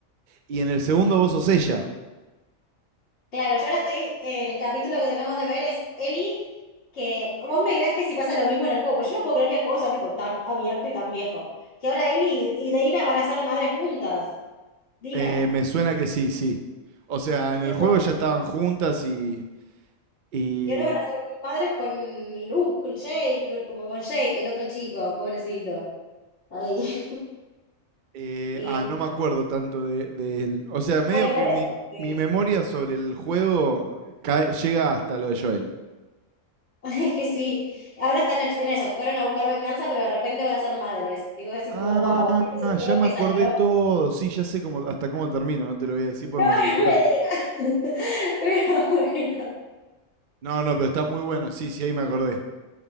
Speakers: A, on the right (about 55°); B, on the left (about 60°).
A: y en el segundo vos sos ella.
B: claro, yo ahora estoy, el capítulo que tenemos de ver es Eli, que vos me dirás que si pasa lo mismo en el juego, pues yo no puedo creer que el juego sea tipo tan abierto y tan viejo. Que ahora Eli y, y Dina van a ser madres juntas. Dina.
A: Eh, me suena que sí, sí. O sea, en
B: Tipo,
A: el juego ya estaban juntas y... y
B: y ahora van a ser madres con Luke, con Jake, como con Jake, el otro chico, pobrecito. Ahí.
A: Eh,
B: Y
A: ah,
B: eh,
A: no me acuerdo tanto de, de él. O sea, medio
B: bueno,
A: que
B: igual es,
A: mi,
B: como que
A: mi memoria sobre el juego cae- llega hasta lo de Joel.
B: <laughs> es que sí, ahora están en, en eso, fueron a buscar venganza, pero de repente van a ser madres. Y vos decís
A: Ah,
B: como, wow, este creo
A: ya me
B: que
A: acordé
B: salió.
A: todo.
B: <laughs>
A: Sí, ya sé cómo, hasta cómo termina. No te lo voy a decir porque
B: No,
A: me vas a matar.
B: no me digas. <laughs> Pero bueno.
A: No, no, pero está muy bueno. Sí, sí, ahí me acordé.